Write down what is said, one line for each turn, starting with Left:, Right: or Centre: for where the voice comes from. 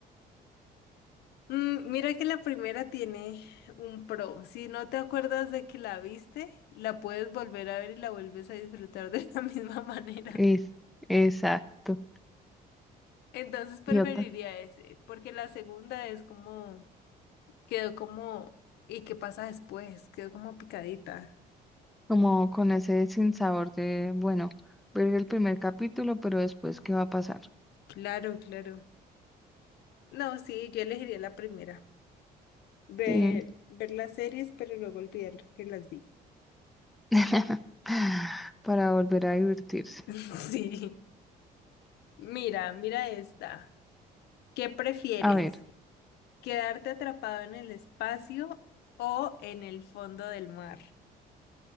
Left: mm, mira que la primera tiene un pro. Si no te acuerdas de que la viste, la puedes volver a ver y la vuelves a disfrutar de la <laughs> misma manera.
Centre: Es, exacto.
Left: Entonces preferiría
Centre: Idiota.
Left: ese, porque la segunda es como, quedó como, ¿y qué pasa después? Quedó como picadita.
Centre: Como con ese sinsabor de, bueno, ver el primer capítulo, pero después, ¿qué va a pasar?
Left: Claro, claro. No, sí, yo elegiría la primera. Ver,
Centre: Sí.
Left: ver las series, pero luego olvidar que las vi.
Centre: <laughs> Para volver a divertirse.
Left: <laughs> Sí. Mira, mira esta. ¿Qué prefieres?
Centre: A ver.
Left: ¿Quedarte atrapado en el espacio o en el fondo del mar?